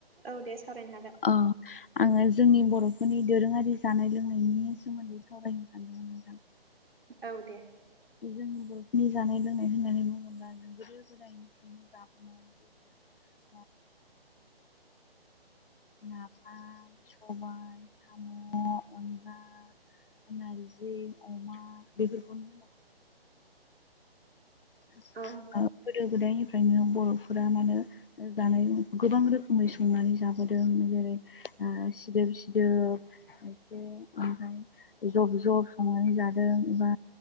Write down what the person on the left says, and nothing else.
ओ आङो जोंनि बर'फोरनि दोरोङारि जानाय लोंनायनि सोमोन्दै सावरायनो सानदोंमोन नोंथां
जोंनि बर'फोरनि जानाय लोंनाय होननानै बुङोब्ला जों गोदो गोदायनिफ्रायनो जाबोन
नाफाम सबाय साम' अनला नारजि अमा बेफोरखौनो <unintelligible>
गोदो गोदायनिफ्रायनो बर'फोरा मानोे जानायाव गोबां रोखोमै संनानै जाबोदों जेरै आ सिदोब सिदोब इसे ओमफ्राय जब जब संनानै जादों एबा